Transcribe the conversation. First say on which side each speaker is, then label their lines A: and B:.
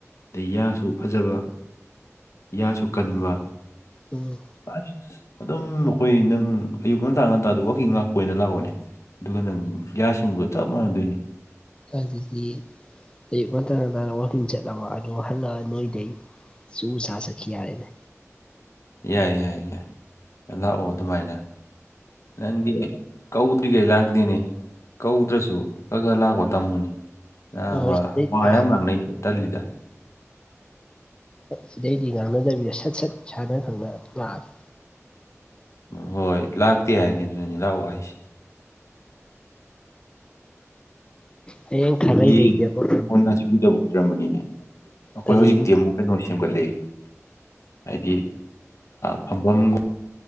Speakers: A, on the left; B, on the left.
A: ꯑꯗꯩ ꯌꯥꯁꯨ ꯐꯖꯕ ꯌꯥꯁꯨ ꯀꯟꯕ
B: ꯎꯝ
A: ꯑꯁ ꯑꯗꯨꯝ ꯑꯈꯣꯏꯒꯤ ꯅꯪ ꯑꯌꯨꯛ ꯉꯟꯇꯥ ꯉꯟꯇꯥꯗ ꯋꯥꯀꯤꯡ ꯂꯥꯛꯄ ꯑꯣꯏꯅ ꯂꯥꯛꯑꯣꯅꯦ ꯑꯗꯨꯒ ꯅꯪ ꯌꯥꯁꯦꯡꯕꯒ ꯆꯞ ꯃꯥꯟꯅꯗꯣꯏꯅꯤ
B: ꯑꯗꯨꯗꯤ ꯑꯌꯨꯛ ꯉꯟꯇꯥ ꯉꯟꯇꯥꯅ ꯋꯥꯀꯤꯡ ꯆꯠꯂꯕ ꯑꯗꯨꯒ ꯍꯜꯂꯛꯑ ꯅꯣꯏꯗꯩ ꯆꯨ ꯆꯥ ꯆꯠꯈꯤ ꯌꯥꯔꯦꯅꯦ
A: ꯌꯥꯏ ꯌꯥꯏ ꯌꯥꯏ ꯂꯥꯛꯑꯣ ꯑꯗꯨꯃꯥꯏꯅ ꯅꯪꯗꯤ ꯀꯧꯗ꯭ꯔꯤꯒꯩ ꯂꯥꯡꯇꯦꯅꯦ ꯀꯧꯗ꯭ꯔꯁꯨ ꯈ ꯈꯔ ꯂꯥꯛꯄ ꯇꯝꯃꯨꯅꯦ ꯅꯕꯥ
B: ꯍꯣꯏ ꯍꯣꯏ ꯁꯤꯗꯩ
A: ꯋꯥ
B: ꯆꯥꯔꯒꯦ
A: ꯌꯥꯝ ꯉꯥꯡꯅꯩ ꯇꯜꯂꯤꯗ
B: ꯁꯤꯗꯩꯗꯤ ꯉꯥꯡꯅꯗꯕꯤꯗ ꯁꯠ ꯁꯠ ꯏꯁꯥꯅ ꯈꯪꯅ ꯂꯥꯛꯑꯒꯦ
A: ꯍꯣꯏ ꯂꯥꯛꯇꯦ ꯍꯥꯏꯅꯤ ꯑꯗꯨꯅꯤ ꯂꯥꯛꯑꯣ ꯍꯥꯢꯁꯤ
B: ꯍꯌꯦꯡ ꯈꯥꯡꯉꯩ
A: ꯒꯦ
B: ꯂꯩꯒꯦꯕ
A: ꯍꯧꯖꯤꯛ ꯎꯨꯗꯕ ꯀꯏꯔꯝꯕꯅꯤ <inaudible> ꯅꯦ ꯑꯩꯈꯣꯏ
B: ꯀꯔꯤ
A: ꯍꯧꯖꯤꯛꯇꯤ ꯑꯃꯨꯛ ꯀꯩꯅꯣ ꯁꯦꯝꯒꯠꯂꯦ ꯍꯥꯏꯗꯤ ꯐꯝꯐꯝꯒꯨꯝꯕ